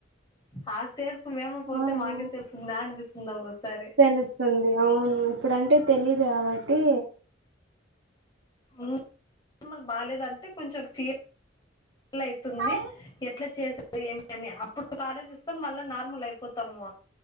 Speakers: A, on the left; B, on the right.
A: ఆ స్టేజ్ కు మేము పోతే
B: అవును
A: మాకే తెలుస్తుందా అనిపిస్తుంది ఒక్కోసారి.
B: తెలుస్తుంది అవును ఇప్పుడ అంటే తెలీదు కాబట్టి.
A: ఇంతకుముందు బాలేదంటే కొంచెం ఫియర్ ఎట్లా అవుతుంది.
B: ఆ
A: ఎట్లా చేసారు? ఏమి అని అప్పుడు ఆలోచి మళ్ళా నార్మల్ అయిపోతాము.